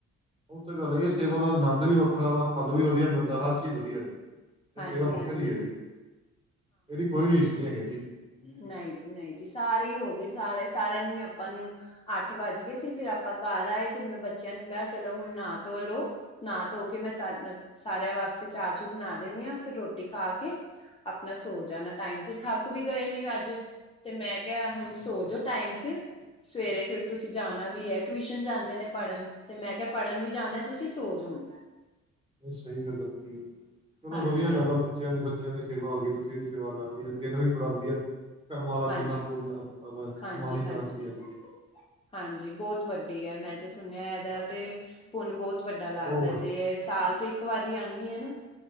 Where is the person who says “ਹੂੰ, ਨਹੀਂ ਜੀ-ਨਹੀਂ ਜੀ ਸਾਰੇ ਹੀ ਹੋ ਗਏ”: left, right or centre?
Left